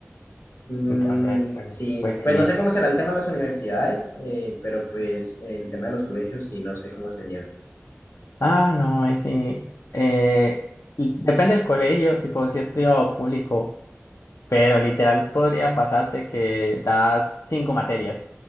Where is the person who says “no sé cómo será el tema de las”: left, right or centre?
Left